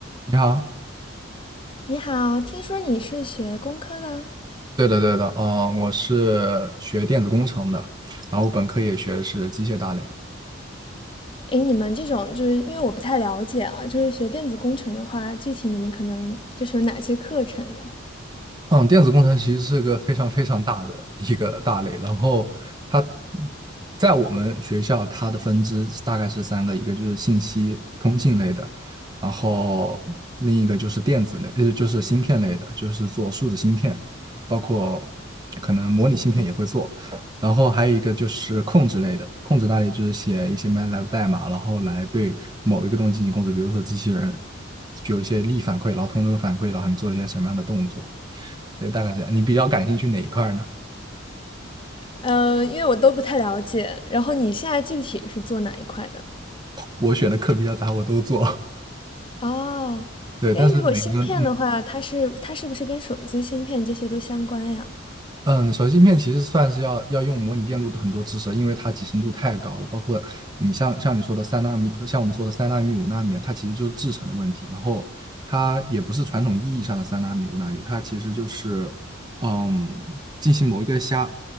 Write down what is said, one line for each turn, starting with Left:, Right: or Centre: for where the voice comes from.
Right: 你好，
Left: 你好，听说你是学工科的？
Right: 对的对的，嗯，我是学电子工程的，然后本科也学的是机械大类，
Left: 诶，你们这种就是因为我不太了解啊，就是学电子工程的话，具体你们可能就是有哪些课程呢？
Right: 嗯，电子工程其实是个非常非常大的一个大类，然后它在我们学校它的分支大概是三个，一个就是信息通信类的，然后另一个就是电子类，呃，就是芯片类的，就是做数字芯片，包括可能模拟芯片也会做，然后还有一个就是控制类的，控制大类就是写一些 MATLAB 代码，然后来对某一个东西进行控制，比如说机器人具有一些力反馈，然后通过这个反馈，然后你做一些什么样的动作。对，大概是这样。你比较感兴趣哪一块呢？
Left: 呃，因为我都不太了解。然后你现在具体是做哪一块的？
Right: 我选的课比较杂，我都做。
Left: 哦，
Right: <laughs> 对，但是每个嗯
Left: 诶，如果芯片的话，它是它是不是跟手机芯片这些都相关呀？
Right: 嗯，手机芯片其实算是要要用模拟电路的很多知识，因为它集成度太高了。包括你像像你说的三纳米，像我们说的三纳米、五纳米，它其实就是制程的问题。然后它也不是传统意义上的三纳米、五纳米，它其实就是嗯进行某一个加